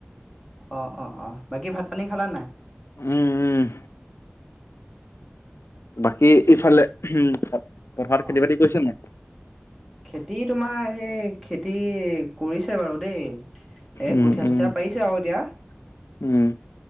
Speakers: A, in the centre; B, on the left.
A: অ' অ' অ' বাকী ভাত পানী খালানে নাই?
B: উম, উম বাকী ইফালে উ পথাৰত
A: অ
B: খেতি বাতি কৰিছে নাই।
A: খেতি তোমাৰ সেই খেতি কৰিছে বাৰু দেই। এ
B: উম
A: কঠীয়া
B: উম
A: চঠীয়া পাৰিছে আৰু এতিয়া
B: উম,